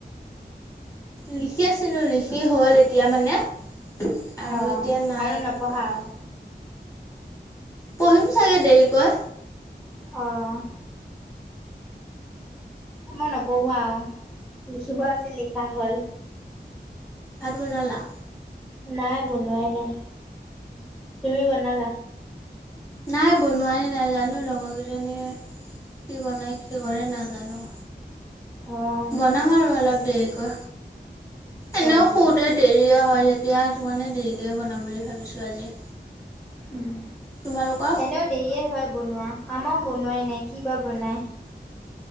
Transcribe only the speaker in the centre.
অ',
আৰু নপঢ়াও?
অ'। মই নপঢ়ো আৰু লিখিব আছিল লিখা হল।
নাই বনোৱাই নাই, তুমি বনালা?
অ',
অ',
উম,
এনেও দেৰি হয় বনোৱা আমাৰো বনোৱাই নাই কি বা বনায়?